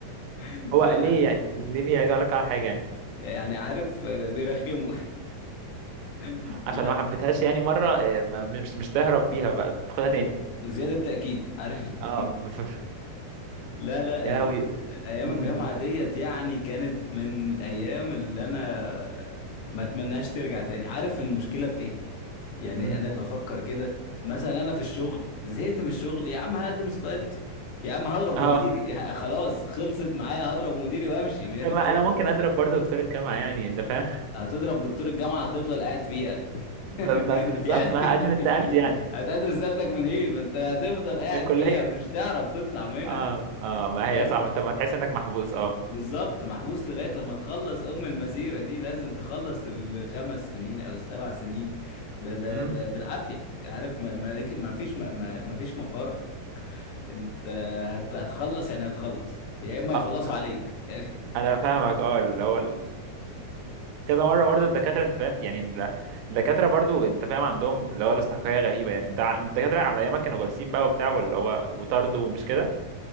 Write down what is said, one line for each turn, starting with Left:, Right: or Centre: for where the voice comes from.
Left: <laughs>
Right: هو
Left: انا
Right: ليه يعني ليه بيعيدوا عليك على حاجه يعني
Left: يعني عارف آه، بيرخموا <laughs>
Right: عشان
Left: لا
Right: ما حبيتهاش يعني مره آه، ما- مش مش تهرب بيها بقى تاخدها
Left: ب...
Right: تاني
Left: زياده تاكيد عارف <laughs>
Right: اه <laughs>
Left: لا لا
Right: يا
Left: ال...
Right: لهوي
Left: ايام
Right: امم
Left: الجامعه ديت يعني كانت من الايام اللي انا ما اتمناش ترجع تاني عارف المشكله في ايه يعني
Right: امم
Left: انا بفكر كده مثلا انا في الشغل زهقت من الشغل يا عم هقدم استقالتي يا عم هضرب
Right: اه
Left: مديري <laughs> يا- خلاص خلصت معايا هضرب مديري وامشي
Right: طب
Left: <laughs> هتوز-
Right: ما انا ممكن اضرب برضو دكتور الجامعه يعني انت فاهم
Left: هتضرب دكتور الجامعة هتفضل قاعد فيها
Right: ب-
Left: <laughs>
Right: ب- بالظبط
Left: يعني
Right: ما هقدم استقالتي
Left: <laughs>
Right: يعني
Left: هتقدم استقالتك منين ما انت هتفضل قاعد
Right: من الكليه
Left: فيها مش تعرف تطلع منها
Right: اه اه ما
Left: فاهم
Right: هي صعب انت ما تحس انك محبوس اه
Left: بالظبط محبوس لغاية لما تخلص أم المسيرة دي لازم تخلص الخمس سنين أو السبع سنين ب ب
Right: امم
Left: ب بالعافية عارف ما ما ليك- ما فيش ما ما ما فيش مفر انت هت... هتخلص يعني هتخلص يا اما يخلصوا
Right: اه
Left: عليك <laughs> يعني
Right: انا فاهمك اه اللي هو ال- كذا مره برضو الدكاتره انت فاهم يعني ال- الدكاتره برضو انت فاهم عندهم اللي هو الاستحقاقيه غريبه يعني انت ع- الدكاتره على ايامك كانوا غلسين بقى وبتاع واللي هو وطردوا ومش كده